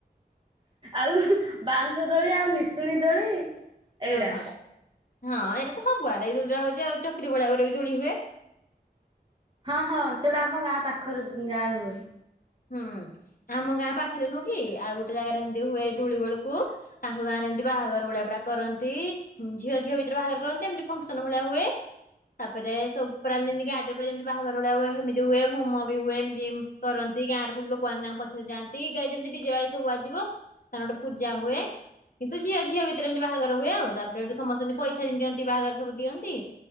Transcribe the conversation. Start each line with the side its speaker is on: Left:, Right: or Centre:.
Right: ଆଉ ବାଉଁଶ ଦୋଳି ଆଉ ନିଶୁଣୀ ଦୋଳି ଏଇଗୁଡା।
Left: ହଁ ହଁ ହଁ ଏରାତ ସବୁଆଡେ ଦୋଳିଟା ହଉଛି ଆଉ ଚକରୀ ଭଳିଆ ଗୁରେବି ଦୋଳି ହୁଏ
Right: ହଁ ହଁ ସେଇଟା ଆମ ଗାଁ ପାଖରେ ଗାଁ ରେ ହୁଏ।
Left: ହୁଁ ଆମ ଗାଁ ପାଖରେ ନୁହ କି ଆଉ ଗୋଟେ ଜାଗାରେ ଏମତି ହୁଏ ଦୋଳିବେଳକୁ ତାଙ୍କ ଗାଁ ରେ ଏମିତି ବାହାଘର ଭଳିଆ ପୁରା କରନ୍ତି ଝିଅ ଝିଅ ଭିତରେ ବାହାଘର କରନ୍ତି ଏମିତି ଫଙ୍କସନ ଭଳିଆ ହୁଏ ତାପରେ ସବୁ ଯେମିତି ଗାଡି ଯେମତି ବାହାଘର ଭଳିଆ ହୁଏ ସେମିତି ହୁଏ ହୋମ ବି ହୁଏ ଏମିତି କରନ୍ତି ଗାଁରେ ସବୁ ଲୋକମାନେ ତାଙ୍କ ପାଖକୁଯାନ୍ତିା ଯେମତି ଡିଜେସବୁ ବାଜିବ ତାଙ୍କରଗୋଟେ ପୂଜା ହୁଏ କିନ୍ତୁ ଝିଅ ଝିଅ ଭିତରେଏମିତି ବାହାଘର ହୁଏ ତାପରେ ସମସ୍ତ ଏହାଠୁ ପଇସା ଦିଅନ୍ତି ଏମିତି ବାହାଘର ସବୁ ଦିଅନ୍ତି